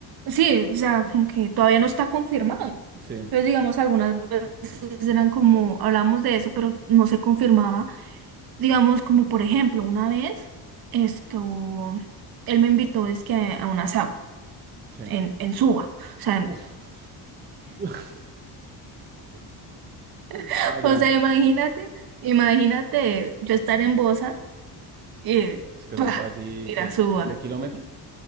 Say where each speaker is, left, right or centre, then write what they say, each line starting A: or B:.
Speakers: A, on the right; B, on the right.
A: Sí, o sea, como que todavía no está confirmado.
B: Sí,
A: Entonces, digamos, algunas veces eran como, hablamos de eso, pero no se confirmaba. Digamos, como por ejemplo, una vez, esto, él me invitó, es que a, un asado
B: sí.
A: en, en Suba. O sea, en-
B: Uf. <laughs>
A: <laughs>
B: Ah, ya,
A: o sea, imagínate, imagínate yo estar en Bosa y
B: es que
A: ¡pah!
B: son casi,
A: ir
B: ¿qué?
A: a Suba.
B: quince kilómetros?